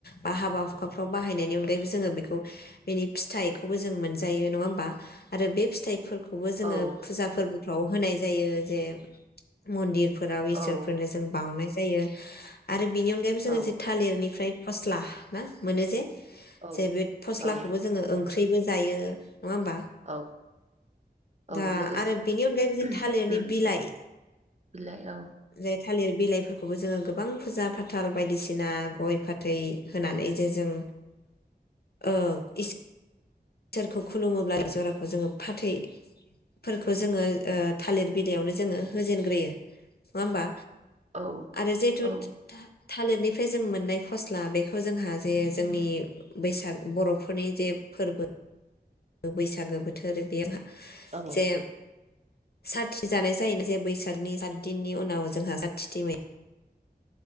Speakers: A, on the left; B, on the right.
A: बा हाबा हुखाफ्राव बाहायनायनि अनगायैबो जोङो बेखौ बेनि फिथाइखौबो जों मोनजायो नङा होमबा आरो बे फिथाइफोरखौ बो जोङो
B: ओ
A: फुजा फोरबो फ्राव होनाय जायो जे मन्दिर फा फोराव इसोरफोरनो
B: औ
A: जों बावनाय जा जायो आरो बेनि अनगायैबो जोङो
B: औ
A: जे थालिरनिफ्राय फस्ला ना मोनो जे
B: औ
A: जे बे फस्लाखौबो
B: औ
A: जोङो ओं ख्रिबो जायो। नङा होमबा?
B: औ औ
A: दा
B: लोगोसे
A: आरो बेनि अनगायै
B: उम
A: थालिरनि बिलाइ
B: बिलाइ औ
A: बे थालिर बिलाइफोरखौबो जोङो गोबां फुजा फाथाल बायदिसिना गय फाथै होनानै जे जों ओ इस इसोरखौ खुलुमोब्ला जराखौ जोङो फाथैफोरखौ जोङो थालिर बिलाइयावनो जोङो होजेनग्रोयो नङा होमबा?
B: औ
A: आरो जिहेथु
B: औ
A: था- थालिरनिफ्राय जों मोननाय फस्ला बेखौ जोंहा जे जोंनि बैसाग बर'फोरनि जे फोरबो। बैसागो बोथोर बेयाव
B: औ
A: जे साथि जानाय जायो जे बैसागनि सात दिननि उनाव जोंहा साथथिथि मै